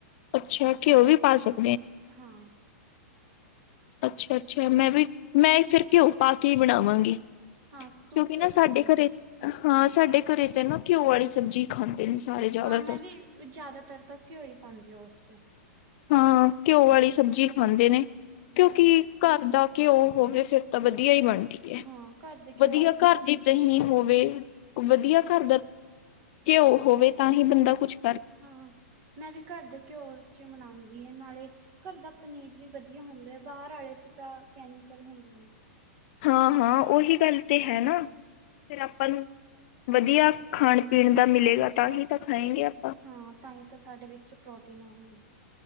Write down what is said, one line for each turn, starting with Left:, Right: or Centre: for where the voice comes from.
Left: ਅੱਛਾ ਘਿਓ ਵੀ ਪਾ ਸਕ
Right: ਹਾਂ।
Left: ਅੱਛਾ ਅੱਛਾ ਮੈਂ ਵੀ ਮੈਂ ਫਿਰ ਘਿਓ ਪਾ ਕੇ ਹੀ ਬਣਾਵਾਂਗੀ।
Right: ਹਾਂ
Left: ਕਿਉਂਕਿ
Right: ਤੂੰ ਘਿਓ
Left: ਨਾ ਸਾਡੇ
Right: ਪਾ ਕੇ
Left: ਘਰੇ
Right: ਮ
Left: ਹਾਂ ਸਾਡੇ ਘਰੇ ਤੇ ਨਾ ਘਿਓ ਵਾਲੀ ਸਬਜ਼ੀ ਖਾਂਦੇ ਨੇ। ਸਾਰੇ ਜ਼ਿਆਦਾਤਰ
Right: ਹਾਂ ਮੈਂ ਵੀ ਜ਼ਿਆਦਾਤਰ ਤਾਂ ਘਿਓ ਹੀ ਪਾਂਦੀ ਆ ਉਸ ਚ
Left: ਹਾਂ ਘਿਓ ਵਾਲੀ ਸਬਜ਼ੀ ਖਾਂਦੇ ਨੇ। ਕਿਉਂਕਿ
Right: ਹਮ
Left: ਘਰ ਦਾ ਘਿਓ ਹੋਵੇ ਫਿਰ ਤਾਂ ਵਧੀਆ ਹੀ ਬਣ ਠੀਕ ਹੈ
Right: ਹਾਂ ਘਰ ਦੇ ਘਿਓ
Left: ਵਧੀਆ ਘਰ ਦੀ ਦਹੀ ਹੋਵੇ ਵਧੀਆ ਘਰ ਦਾ ਘਿਓ ਹੋਵੇ। ਤਾਂ ਹੀ ਬੰਦਾ ਕੁੱਛ
Right: ਹਾਂ ਮੈਂ ਵੀ ਘਰ ਦੇ ਘਿਓ ਚ ਮਨਾਂਦੀ ਹੈ ਨਾਲੇ ਘਰ ਦਾ ਪਨੀਰ ਵੀ ਵਧੀਆ ਹੁੰਦਾ ਹੈ ਬਾਹਰ ਆਲੇ ਚ ਤਾਂ ਕੈਮੀਕਲ ਹੁੰਦੇ ਨੇ।
Left: ਹਾਂ ਹਾਂ ਉਹੀ ਗੱਲ ਤੇ ਹੈ ਨਾ ਫਿਰ ਆਪਾਂ ਨੂੰ ਵਧੀਆ ਖਾਣ ਪੀਣ ਦਾ ਮਿਲੇਗਾ ਤਾਂ ਹੀ ਤਾਂ ਖਾਏਗੇ ਆਪਾਂ।
Right: ਹਾਂ ਤਾਂ ਹੀ ਤਾਂ ਸਾਡੇ ਵਿੱਚ ਪ੍ਰੋਟੀਨ ਆਉਣਗੇ